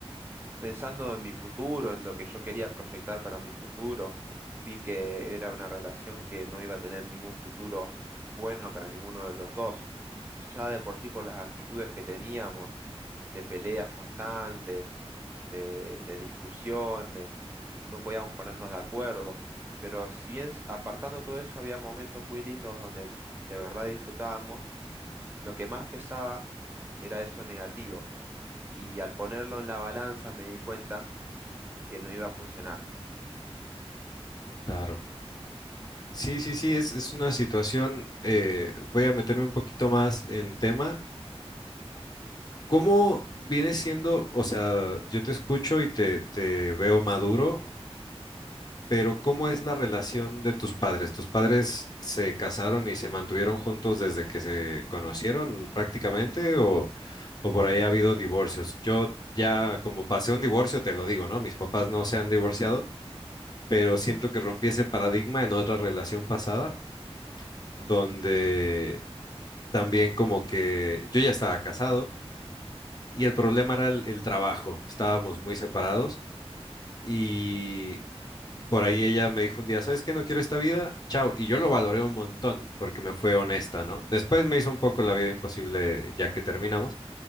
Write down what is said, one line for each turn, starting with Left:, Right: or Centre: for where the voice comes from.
Right: pensando en mi futuro, en lo que yo quería proyectar para mi futuro, vi que era una relación que no iba a tener ningún futuro bueno para ninguno de los dos. Ya de por sí por las actitudes que teníamos, de peleas constantes, de, de discusiones, no podíamos ponernos de acuerdo. Pero si bien apartando todo eso, había momentos muy lindos donde de verdad disfrutábamos, lo que más pesaba era eso negativo. Y al ponerlo en la balanza me di cuenta que no iba a funcionar.
Left: Claro. Sí, sí, sí, es, es una situación, eh, voy a meterme un poquito más en tema. ¿Cómo viene siendo, o sea, yo te escucho y te, te veo maduro, Pero ¿cómo es la relación de tus padres? ¿Tus padres se casaron y se mantuvieron juntos desde que se conocieron prácticamente o, o por ahí ha habido divorcios? Yo ya como pasé un divorcio, te lo digo, ¿no? Mis papás no se han divorciado, pero siento que rompí ese paradigma en otra relación pasada donde
Right: Ujú,
Left: también como que yo ya estaba casado y el problema era el, el trabajo, estábamos muy separados. Y Por ahí ella me dijo un día, ¿sabes qué? No quiero esta vida, chao. Y yo lo valoré un montón porque me fue honesta, ¿no? Después me hizo un poco la vida imposible ya que terminamos,